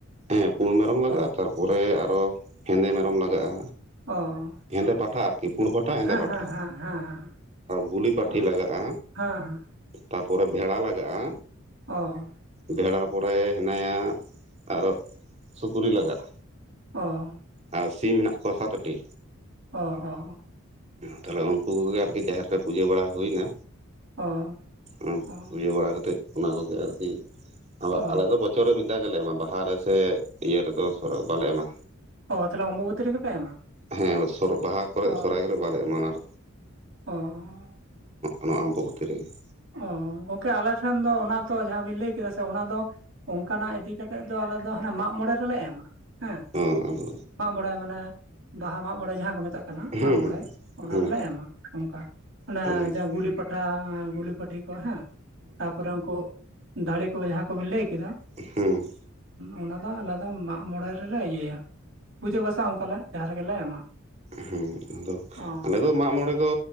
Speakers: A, on the right; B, on the right.
A: ᱦᱮᱸ ᱯᱩᱲ ᱢᱮᱨᱚᱢ ᱞᱟᱜᱟᱜᱼᱟ,
B: ᱚ
A: ᱛᱟᱨᱯᱚᱨ ᱯᱚᱨᱮ ᱟᱨ ᱚ ᱦᱮᱸᱫᱮ ᱢᱮᱨᱚᱢ ᱞᱟᱜᱟᱜᱼᱟ,
B: ᱚ
A: ᱦᱮᱸᱫᱮ
B: ᱦᱮᱸ
A: ᱯᱟᱴᱷᱟ ᱟᱨ ᱠᱤ ᱯᱩᱲ ᱯᱟᱴᱷᱟ, ᱦᱮᱸᱫᱮ
B: ᱦᱮᱸ
A: ᱯᱟᱴᱷᱟ
B: ᱦᱮᱸ ᱦᱮᱸ ᱦᱮᱸ
A: ᱜᱩᱞᱤ ᱯᱟᱹᱴᱷᱤ
B: ᱚ
A: ᱞᱟᱜᱟᱜᱼᱟ
B: ᱦᱮᱸ
A: ᱛᱟᱯᱚ ᱨᱮ ᱵᱷᱮᱲᱟ ᱞᱟᱜᱟᱜᱼᱟ᱾
B: ᱚ
A: ᱵᱷᱮᱲᱟ ᱯᱚᱨᱮ ᱦᱮᱱᱟᱭ-ᱟ ᱟᱨ ᱚ ᱥᱩᱠᱨᱤ ᱞᱟᱜᱟᱜᱼᱟ᱾
B: ᱚ
A: ᱟᱨ ᱥᱤᱢ ᱢᱮᱱᱟᱜ ᱠᱚᱣᱟ ᱥᱟᱛ ᱟᱴᱤ
B: ᱚ ᱚ
A: ᱛᱟᱦᱞᱮ ᱩᱱᱠᱩ ᱠᱚᱜᱮ ᱟᱨᱠᱤ ᱡᱟᱦᱮᱨ ᱨᱮ ᱯᱩᱡᱟᱹ ᱵᱟᱲᱟ ᱦᱩᱭ ᱮᱱᱟ
B: ᱚ
A: ᱩᱸ
B: ᱚ
A: ᱯᱩᱡᱟᱹ ᱵᱟᱲᱟ ᱠᱟᱛᱮᱫ ᱚᱱᱟ ᱠᱚᱜᱮ ᱟᱨᱠᱤ ᱟ
B: ᱚ
A: ᱟᱞᱮ ᱫᱚ ᱪᱚᱨ ᱨᱮ ᱢᱤᱫ ᱫᱷᱟᱣ ᱜᱮᱞᱮ ᱮᱢᱟ ᱵᱟᱦᱟ ᱨᱮᱥᱮ ᱤᱭᱟᱹ ᱨᱮᱫᱚ ᱥᱚᱨᱚᱲᱚᱠ ᱵᱟᱞᱮ ᱮᱢᱟ
B: ᱚ ᱛᱟᱦᱚᱞᱮ ᱚᱢᱵᱚᱵᱚᱛᱤ ᱨᱮᱜᱮ ᱯᱮ ᱮᱢᱟ
A: ᱦᱮᱸ ᱥᱚᱨᱚᱜ ᱵᱟᱦᱟ ᱠᱚᱨᱮ
B: ᱚ
A: ᱥᱚᱨᱦᱟᱭ ᱠᱚᱨᱮ ᱵᱟᱞᱮ ᱮᱢᱟᱱᱟ ᱟᱨ
B: ᱚ
A: ᱱᱚᱣᱟ ᱟᱢ ᱵᱟᱵᱚᱛᱤ ᱨᱮᱜᱮ
B: ᱚ ᱜᱚᱝᱠᱮ ᱟᱞᱮ ᱴᱷᱮᱱ ᱫᱚ ᱚᱱᱟ ᱛᱚ ᱡᱟᱦᱟᱸ ᱵᱤᱱ ᱞᱟᱹᱭ ᱠᱮᱫᱟ ᱥᱮ ᱚᱱᱟ ᱫᱚ ᱚᱱᱠᱟᱱᱟᱜ ᱤᱫᱤ ᱠᱟᱛᱮᱫ ᱫᱚ ᱟᱞᱮ ᱫᱚ ᱦᱟᱱᱮ ᱢᱟᱜ ᱢᱚᱬᱮ ᱨᱮᱞᱮ ᱮᱢᱟ ᱦᱮᱸ
A: ᱦᱚᱸ ᱟᱫᱚ
B: ᱢᱟᱜ ᱢᱚᱬᱮ ᱢᱟᱱᱮ ᱵᱟᱦᱟ ᱢᱟᱜᱢᱚᱬᱮ ᱡᱟᱦᱟᱸ ᱠᱚ ᱢᱮᱛᱟᱜ ᱠᱟᱱᱟ
A: ᱦᱩᱸ
B: ᱢᱟᱜ ᱢᱚᱬᱮ ᱚᱱᱟ
A: ᱦᱩᱸ
B: ᱨᱮᱞᱮ ᱮᱢᱟ ᱚᱱᱠᱟ ᱚᱱᱮ
A: ᱦᱩᱸ
B: ᱡᱮ ᱜᱩᱞᱤ ᱯᱟᱴᱷᱟ ᱜᱩᱞᱤ ᱯᱟᱹᱴᱷᱤ ᱠᱚ ᱦᱮᱸ ᱛᱟᱯᱚᱨᱮ ᱩᱱᱠᱩ ᱫᱟᱲᱮ ᱠᱚ ᱡᱟᱦᱟᱸ ᱠᱚᱵᱤᱱ ᱞᱟᱹᱭ ᱠᱮᱫᱟ
A: ᱦᱮᱸ
B: ᱚᱱᱟ ᱫᱚ ᱟᱞᱮ ᱫᱚ ᱢᱟᱜ ᱢᱚᱬᱮ ᱨᱮᱞᱮ ᱤᱭᱟᱹᱭᱟ ᱯᱩᱡᱟᱹ ᱯᱟᱥᱟ ᱚᱱᱠᱟᱞᱮ ᱡᱟᱦᱟᱸ ᱨᱮᱜᱮ ᱮᱢᱟ
A: ᱦᱮᱸ ᱟᱫᱚ
B: ᱚ
A: ᱟᱞᱮᱫᱚ ᱢᱟᱜᱢᱚᱬᱮ ᱫᱚ